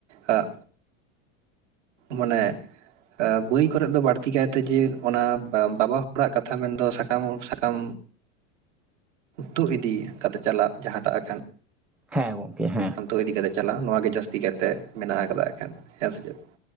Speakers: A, on the right; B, in the centre.
A: ᱟᱜ ᱢᱟᱱᱮ ᱵᱳᱤ ᱠᱚᱨᱮ ᱫᱚ ᱵᱟᱲᱛᱤ ᱞᱟᱹᱠᱛᱤ ᱠᱟᱭᱛᱮ ᱡᱮ ᱚᱱᱟ ᱵᱟᱵᱟ ᱦᱚᱲᱟᱜ ᱠᱟᱛᱷᱟ ᱢᱮᱱᱫᱚ ᱥᱟᱠᱟᱢ ᱚ ᱥᱟᱠᱟᱢ ᱛᱩᱫ ᱤᱫᱤ ᱠᱟᱛᱮ ᱪᱟᱞᱟᱜ ᱡᱟᱦᱟᱸᱴᱟᱜ ᱮᱱᱠᱷᱟᱱ
B: ᱦᱮᱸ ᱜᱚᱝᱠᱮ ᱦᱮᱸ
A: ᱛᱳ ᱤᱫᱤ ᱠᱟᱛᱮ ᱪᱟᱞᱟᱣ ᱱᱚᱣᱟ ᱜᱮ ᱡᱟᱹᱥᱛᱤ ᱠᱟᱭᱛᱮ ᱢᱮᱱᱟᱜ ᱟᱠᱟᱫᱟ ᱮᱠᱷᱮᱱ ᱦᱮᱸ ᱥᱮ ᱪᱮᱫ